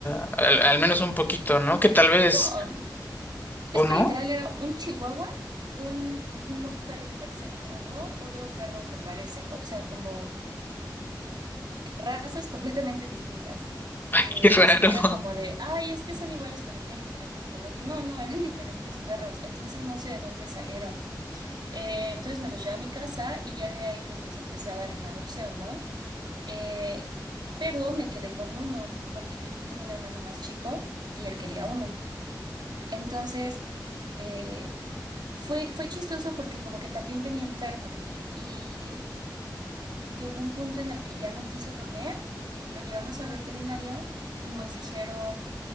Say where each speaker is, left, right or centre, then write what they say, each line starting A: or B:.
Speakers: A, on the left; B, on the right.
A: a- al, al menos un poquito, ¿no? Que tal vez,
B: No, es
A: ¿o no?
B: que literal era un chihuahua, un, no un perro que parece labrador, otro perro que parece, jo- o sea, como razas completamente distintas.
A: <laughs> Ay,
B: eh,
A: qué raro.
B: ni siquiera como de, ay, es que son iguales pero tienen diferentes colores. No, no, eran <laughs> diferentes perros, entonces no sé de dónde salieron. Eh, entonces me los llevé a mi casa y ya de ahí pues los empecé a dar en adopción, ¿no? Eh, pero me quedé con uno porque yo tengo un hermano más chico y él quería uno. Entonces, eh, fue, fue chistoso porque como que también venía enfermo y llegó un punto en el que ya no quiso comer, lo llevamos al veterinario y nos dijeron